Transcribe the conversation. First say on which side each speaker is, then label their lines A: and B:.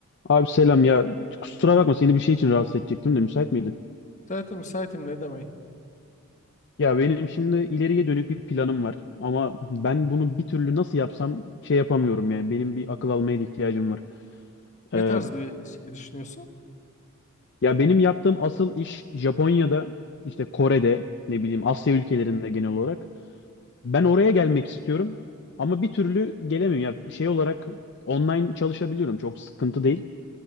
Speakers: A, on the left (about 50°); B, on the left (about 35°).
A: Abi selam ya kusura bakma seni bir şey için rahatsız edecektim de müsait miydin?
B: Müsaitim müsaitim ne demek?
A: Ya benim şimdi ileriye dönük bir planım var ama ben bunu bir türlü nasıl yapsam şey yapamıyorum yani benim bir akıl almaya da ihtiyacım var.
B: Ne
A: Ee,
B: tarz bir şey düşünüyorsun?
A: ya benim yaptığım asıl iş Japonya'da işte Kore'de ne bileyim Asya ülkelerinde genel olarak ben oraya gelmek istiyorum ama bir türlü gelemiyorum ya şey olarak online çalışabiliyorum çok sıkıntı değil